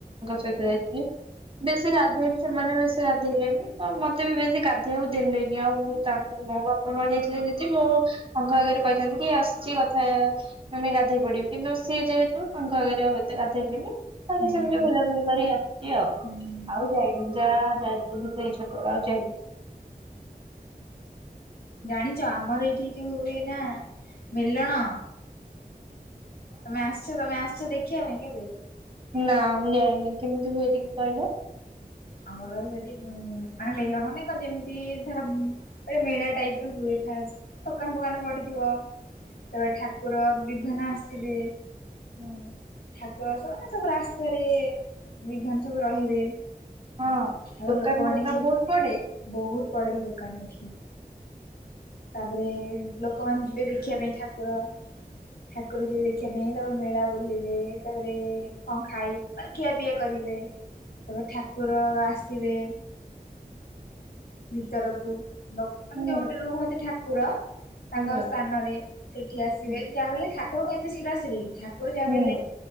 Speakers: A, on the right (about 35°); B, on the left (about 85°).
A: ସହିତ ଯାଇଥିଲି। ବେଶୀ ଗାଧେଇ ବି ସେମାନେ ବେଶୀ ଗାଧେଇଲେନି। ତ ମୋତେ ବି ବେଶୀ ଗାଧେଇବାକୁ ଦେଲେନି ଆଉ। ମୁଁ ତାଙ୍କରି ମୋର <unintelligible> ମୁଁ ତାଙ୍କ ଆଗରେ କହିଛନ୍ତି କି ଆସିଛି କଥା ମାନେ ଗାଧେଇ ପଡିବି। କିନ୍ତୁ ସିଏ ଯେହେତୁ ତାଙ୍କ ଆଗରେ ଆଉ ଏତେ ଗାଧେଇଲିନି। ଖାଲି
B: ହୁଁ
A: ସେମିତି ବୁଲାବୁଲି କରି ଆସିଛି ଆଉ।
B: ହୁଁ ହୁଁ
A: ଆଉ ଯାଇ ଯା ଯାଇଥିଲି ସେଇ ଛୋଟ ଅଳେ। ଆଉ ଯାଇନି?
B: ଜାଣିଛ! ଆମର ଏଇଠି ଯୋଉ ହୁଏ ନା ମେଲଣ? ତମେ ଆସିଛ। ତମେ ଆସିଛ ଦେଖିବା ପାଇଁ କେବେ?
A: ନାଁ ମୁଁ, ଯାଇିନି। କେମିତି ହୁଏ ଏ ଟିକେ କହିଲ?
B: ଆମର ଯଦି ଉଁ ମାନେ ମେଲଣ, ନାଇଁ କଣ? ଯେମିତି ଧର ଗୋଟେ ମେଳା ଟାଇପ୍ ର ହୁଏ। ଫାଷ୍ଟ୍ ଦୋକାନ ଫୋକାନ ପଡ଼ିଥିବ। ତା'ପରେ ଠାକୁର ବିଭାନ ଆସିବେ।
A: ହୁଁ।
B: ଠାକୁର ଆସନ୍ତି ନା, ସବୁ ରାସ୍ତାରେ ବିଭାନ ସବୁ ରହିବେ।
A: ହଁ
B: ଆଉ,
A: ଦୋକାନ
B: ଲୋକମାନେ
A: ପତ୍ର
B: ଯିଏ,
A: ବହୁତ ପଡେ?
B: ବହୁତ ପଡେ ଦୋକାନ ଏଠି। ତା'ପରେ ଲୋକମାନେ ଯିବେ ଦେଖିବା ପାଇଁ ଠାକୁର। ଠାକୁର ଯିବେ ଦେଖି ଖିବା ପାଇଁ। ତା'ପରେ ମେଳା ବୁଲିବେ। ତା'ପରେ କଣ ଖାଇ, ମାନେ ଖିଆପିଆ କରିବେ। ତା'ପରେ ଠାକୁର ଆସିବେ। ଭିତରକୁ ଲୋକ୍ ମାନେ
A: ହୁଁ
B: ଯୋଉଠି ରୁହନ୍ତି ଠାକୁର? ତାଙ୍କ
A: ହୁଁ
B: ସ୍ଥାନରେ ସେଠି ଆସିବେ।
A: ହୁଁ
B: ଯାହାବି ହେଲେ ଠାକ୍ କୁର କଣ ଏତେ ଶୀଘ୍ର ଆସିବେ କି? ଠାକୁର ଯାହାବି
A: ହୁଁ
B: ହେଲେ